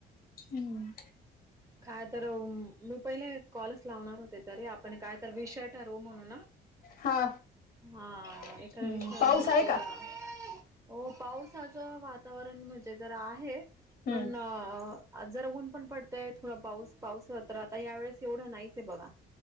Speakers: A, on the left; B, on the right.
A: हम्म
B: कायतरं म पहिले कॉलस लावणार होतेतरी आपण कायतर विषय ठरवू म्हणूना.
A: हा
B: हां एखाद्या
A: हम्म
B: विषयावर
A: पाऊस
B: मग
A: आहे
B: बोला
A: का
B: ओ पावसाचं वातावरण म्हंजे जरा आहे.
A: हम्म
B: पणं आज्जरा ऊन पण पड तय थोडं पाऊस पाऊसअ तर आता ह्या वेळेस एवढा नाहीचेय बघा.